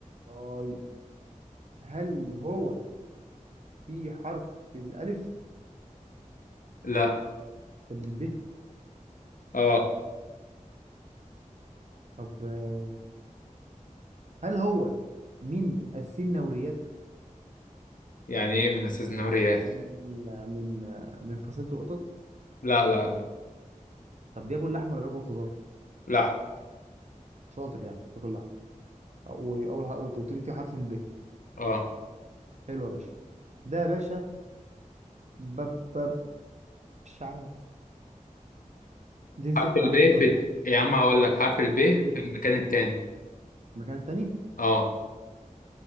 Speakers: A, on the right; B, on the left.
A: طيب هل هو في حرف الألف
B: لا
A: طب الب
B: اه
A: طب آه، هل هو من السنوريات
B: يعني ايه من اساس النهر ياه
A: يعني من آه، من فصيلة القطط
B: لا لا لا
A: طب بياكل لحم ولا بياكل خضار
B: لحم
A: شاطر يعني بياكل لحم وأول حاجة قلت قلت لي في حرف الب
B: اه
A: حلو يا باشا ده يا باشا بب بب مش عارف دي
B: حرف
A: صفر يا
B: الب
A: عم وخلاص
B: في
A: يا عم
B: يا عم هقول لك حرف الب
A: فين؟
B: في المكان التاني
A: في المكان التاني
B: اه